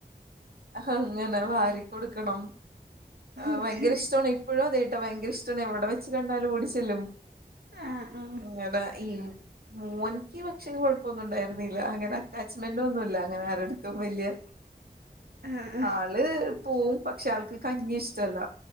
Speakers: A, on the right; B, on the right.
A: അങ്ങനെ വാരി കൊടുക്കണം ആഹ്
B: ഓക്കെ
A: ഭയങ്കര ഇഷ്ടവാണെ ഇപ്പഴും അതേട്ടൊ ഭയങ്കര ഇഷ്ടാണ് എവിടെ വെച്ച് കണ്ടാലും ഓടിച്ചെല്ലും
B: ആഹ് ആഹ്
A: അങ്ങനെ ഈ മോൻക്ക് പക്ഷേ കൊഴപ്പൊന്നും ഉണ്ടായിരുന്നില്ല അങ്ങനെ അറ്റാ <unintelligible> അങ്ങനെ ആരെടുത്തും വല്ല്യെ
B: ആഹ്
A: ആ ള് പോവും പക്ഷേ ആൾക്ക് കഞ്ഞി ഇഷ്ടല്ല